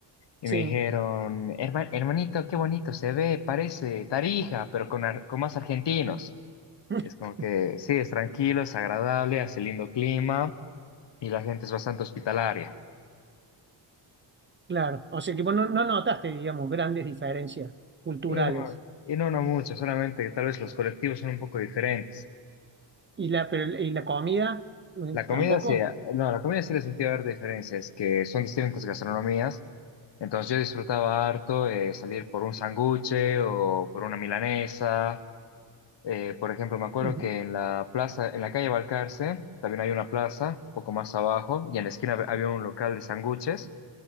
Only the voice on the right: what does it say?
sí,
<laughs>
claro. O sea que vos no, no notaste, digamos, grandes diferencias culturales.
¿Y la, pero- y la comida? eh,
¿Tampoco?
Ujú.